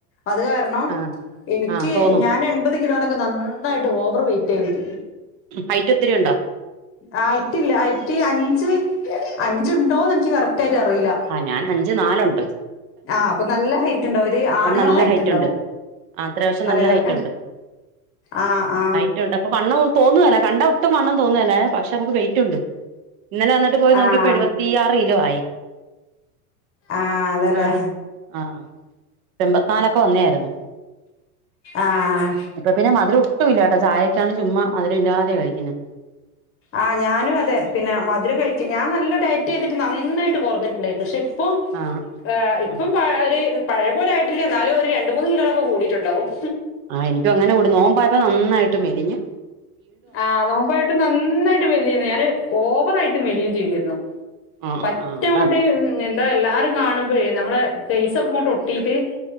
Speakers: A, on the left; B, on the right.
A: അത് കാര ണം
B: ആ
A: എനിക്ക്
B: ആ തോന്നും
A: ഞാൻ എൺപത് കിലോനൊക്കെ നന്നായിട്ട് ഓവർ വൈറ്റായിരിക്കും.
B: ഹൈറ്റൊത്തിരിയുണ്ടോ?
A: ആ അയ്റ്റില്ല അയ്റ്റ് അഞ്ച് അഞ്ച്ണ്ടോന്ന് എൻക്ക് കറക്റ്റായിട്ടറിയില്ല.
B: ആ ഞാൻ അഞ്ച് നാലുണ്ട്.
A: ആ അപ്പൊ നല്ല ഹൈറ്റുണ്ടാവു ഒരു ആണുങ്ങളെ
B: നല്ല
A: ഹൈറ്റുണ്ടാവും.
B: ഹൈറ്റ് ഉണ്ട് ആ അത്യാവശ്യം
A: അതെ
B: നല്ല
A: അതെ
B: ഹൈറ്റ്
A: അ് ആഹ് ആഹ്
B: റ്റുണ്ട് അപ്പൊ വണ്ണം തോന്നേല കണ്ട ഒട്ടും വണ്ണം തോന്നേലേ പക്ഷെ നമുക്ക് വെയിറ്റുണ്ട്. ഇന്നലെ ന്നി ട്ട് പോയി നോക്കിയപ്പോ
A: ആഹ്
B: എഴുപത്തിയാറ് കിലോ ആയി.
A: ആഹ് അതെല്ലേ
B: എന്തിനാട് ആഹ് എൻമ്പത്ത്നാലൊക്കെ വന്നേആയിരുന്നു.
A: ആഹ്.
B: ഇപ്പൊ പിന്നെ മധുരൊട്ടു ഇല്ലാട്ടോ ചായക്കാണ് ചുമ്മാ മധുരല്ലാതെ കഴിക്കുന്നേ.
A: ആ ഞാനു അതെ പിന്നെ മധുര കഴിറ്റ് ഞാൻ നല്ല ഡയറ്റെയ്തിട്ട് നന്നായിട്ട് കൊറ്ഞ്ഞിട്ടുണ്ടായിരുന്നു പക്ഷെ ഇ പ്പൊഹ്
B: ആ
A: ഏഹ്
B: ആ
A: ഇപ്പം പഴേ ഒരു പഴയ പോലെയായിട്ടില്ല ഇന്നാലും ഒരു രണ്ട് മൂന്ന് കിലോനൊക്കെ കൂടിയിട്ടുണ്ടാവും.
B: ആ എനിക്കൊങ്ങനെ കൂടി നോമ്പായപ്പോ നന്നായിട്ട് മെലിഞ്ഞു.
A: ആ നോമ്പായിട്ടും നന്നായിട്ട് മെലിഞ്ഞിന്നു. ഞാന് ഓവറായിട്ടു മെലിയും ചെയ്തിരുന്നു.
B: ആ
A: പറ്റ
B: ആ ആ
A: അങ്ങോട്ട്
B: അതാ
A: എന്താ എല്ലാരും കാണുമ്പോഴെ നമ്മളെ ഫെയ്സൊക്കെങ്ങോട്ടൊട്ടീട്ട്